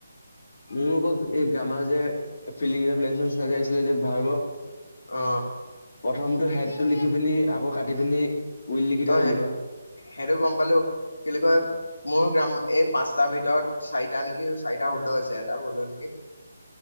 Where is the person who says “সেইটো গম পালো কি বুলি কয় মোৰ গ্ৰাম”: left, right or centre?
Left